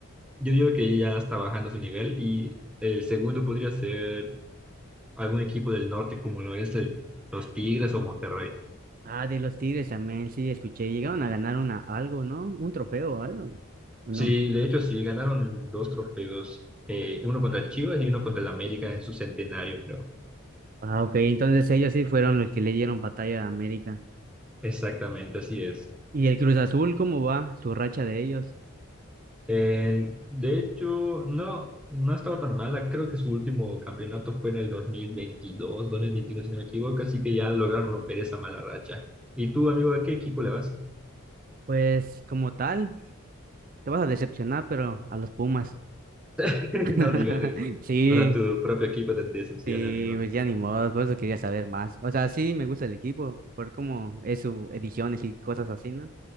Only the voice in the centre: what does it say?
yo digo que ya está bajando su nivel y el segundo podría ser algún equipo del norte como lo es el, los Tigres o Monterrey.
Sí,
de hecho sí, ganaron dos trofeos, eh, uno contra Chivas y uno contra el América en su centenario, creo.
Exactamente, así es.
Eh, de hecho, no, no ha estado tan mala, creo que su último campeonato fue en el 2022, 2021 si no me equivoco, así que ya lograron romper esa mala racha. ¿Y tú, amigo, a qué equipo le vas?
<laughs>
No digas eso.
O sea, tu propio equipo te decepciona,
amigo.